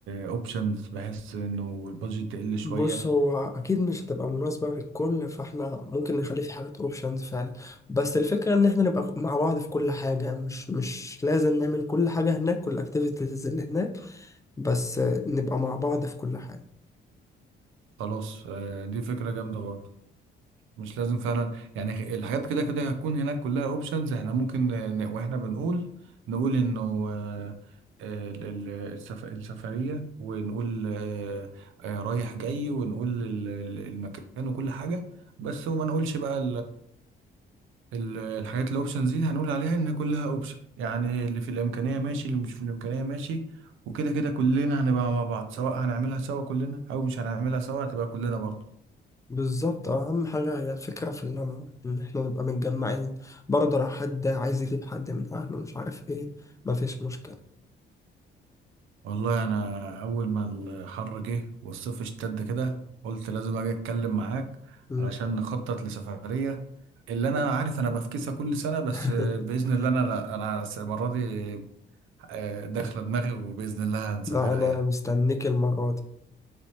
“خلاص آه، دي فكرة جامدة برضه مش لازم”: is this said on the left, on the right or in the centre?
Right